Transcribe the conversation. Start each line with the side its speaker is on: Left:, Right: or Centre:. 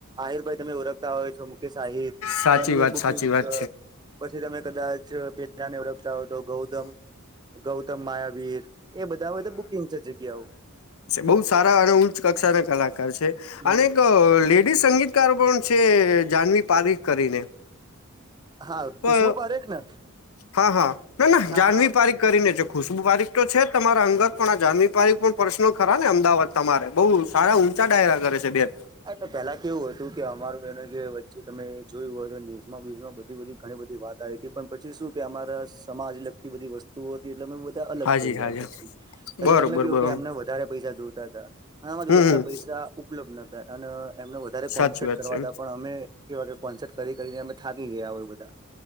Right: આહિરભાઈ તમે ઓળખતા હોય તો મુકેશ આહિર
Left: સાચી
Right: એમની
Left: વાત
Right: બુકિંગ
Left: સાચી વાત
Right: છે. પછી તમે કદાચ પેલાને ઓળખતા હોય તો ગૌધમ ગૌતમ માયાવીર એ બધા બધા બુકિંગ છે જગ્યાઓ
Left: બઉં સારા અને ઉચ કક્ષાના કલાકાર છે
Right: હમ
Left: આનેક એ સંગીતકારો પણ છે જાનવી પારીખ કરીને
Right: હા ખુશ્બુ
Left: અ
Right: પારેખ ને
Left: હા હા ના ના
Right: હા
Left: જાનવી પારીક કરીને છે ખુશબુ પારીખ તો છે તમારા અંગત પણ આ જાનવી પારીખ પણ પર્સનલ ખરા ને અમદાવાદ તમારે બહુ સારા ઊંચા ડાયરા કરે છે બેન
Right: આ તો પેલા કેવું હતું કે અમારું એને જે વચ્ચે તમે જોયું હોયતો ન્યુઝ બીજમાં બધી બધી ઘણી બધી વાત આવી હતી પણ પછી શું કે અમારા સમાજ લગતી બધી વસ્તુ તુ હતી એટલે મે બધા અલગ
Left: હાજી
Right: થઈ
Left: હાજી
Right: ગયા પછી કાકે
Left: બરોબર
Right: એમને
Left: બરોબર
Right: કેવું કે એમને વધારે પૈસા જોતા હતા આમાર
Left: હમ
Right: જોડે એટલા પૈસા ઉપલબ્ધ નોતા અને એમને વધારે
Left: સાચી
Right: કોન્સેટ
Left: વાત
Right: કરવા
Left: છે
Right: તા પણ અમે એવા કે કોન્સર્ટ કરી કરીને અમે થાકી ગયા હોય, બધા